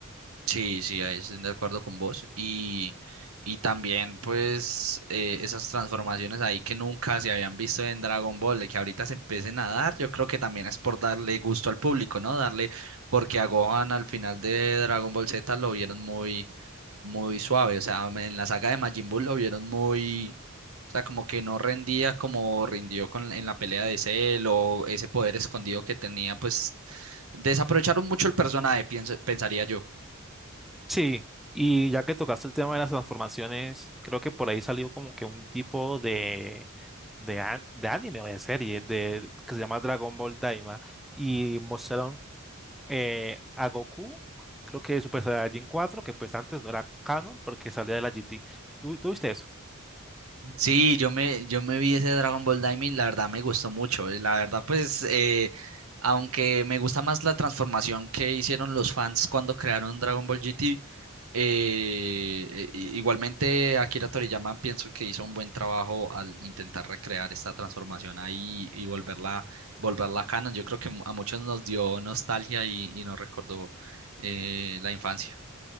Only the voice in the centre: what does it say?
Sí, y ya que tocaste el tema de las transformaciones, creo que por ahí salió como que un tipo de, de, a- de anime o de serie de, que se llama Dragon Ball Daima y mostraron eh, a Goku, creo que Super Saiyajin 4, que pues antes no era canon porque salía de la GT. ¿Tú, tú viste eso?